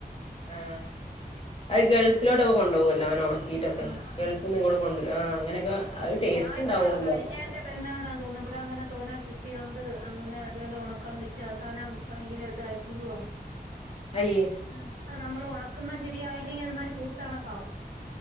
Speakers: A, on the left; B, on the right.
A: ആ ആ്ത് ഗൾഫിലോട്ടൊക്കെ കൊണ്ടുപോകല്ലേ അങ്ങനെ ഉണക്കിയിട്ടൊക്കെ
B: ആഹ്
A: ഗൾഫിൽ
B: ആഹ്
A: നിങ്ങോട്ട കൊണ്ടപും അങ്ങനെയൊക്കെ അത് ടേസ്റ്റ്
B: ഞാൻ ഇവിടെ
A: ഉണ്ടാവോ എന്തോ
B: കഴിഞ്ഞതിന്റെ പെരുന്നാളിന തോന്നുന്നു ഇവിട അങ്ങനെ തോന്നാ കിട്ടിയോണ്ട് അങ്ങനെ ഇതെല്ലാം ഉണക്കൻ വെച്ച് അവസാനം ഭയങ്കര ഇതായി പുലുവവാ
A: അയ്യേ
B: ഉ നമ്മൾ ഉണക്കുന്ന ശരിയായില്ലെങ്കിൽ അമാതിരി പൂത്ത്ണക്കാവും